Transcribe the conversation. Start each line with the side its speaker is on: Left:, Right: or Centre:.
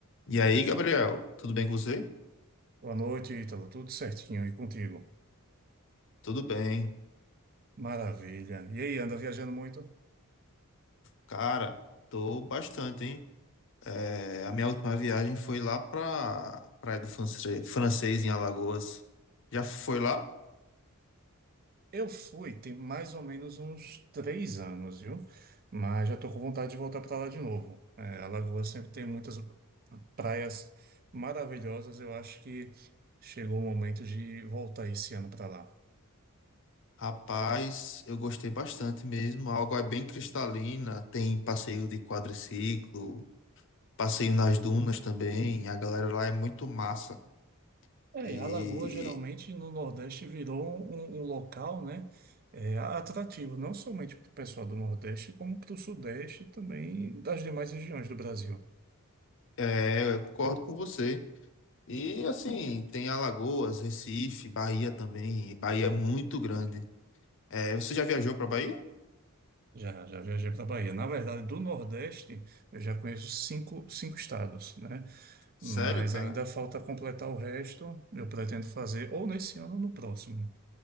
Left: E aí, Gabriel, tudo bem com você?
Right: Boa noite, Ítalo. Tudo certinho e contigo?
Left: Tudo bem.
Right: Maravilha. E aí, anda viajando muito?
Left: Cara, tô bastante, hein? É, a minha última viagem foi lá pra Praia do Francês, Francês, em Alagoas. Já foi lá?
Right: Eu fui, tem mais ou menos uns três anos, viu? Mas já tô com vontade de voltar para lá de novo. É, Alagoas sempre tem muitas praias maravilhosas. Eu acho que chegou o momento de voltar esse ano para lá.
Left: Rapaz, eu gostei bastante mesmo. A água é bem cristalina, tem passeio de quadriciclo, passeio nas dunas também. A galera lá é muito massa.
Right: É,
Left: E
Right: Alagoas geralmente no Nordeste virou um, um um local, né, é, atrativo, não somente para o pessoal do Nordeste, como para o Sudeste e também das demais regiões do Brasil.
Left: é, eu concordo com você. E assim, tem Alagoas, Recife, Bahia também. e Bahia é muito grande. É, você já viajou pra Bahia?
Right: Já, já viajei para a Bahia. Na verdade, do Nordeste, eu já conheço cinco, cinco estados, né?
Left: Sério,
Right: Mas
Left: cara?
Right: ainda falta completar o resto. Eu pretendo fazer ou nesse ano ou no próximo.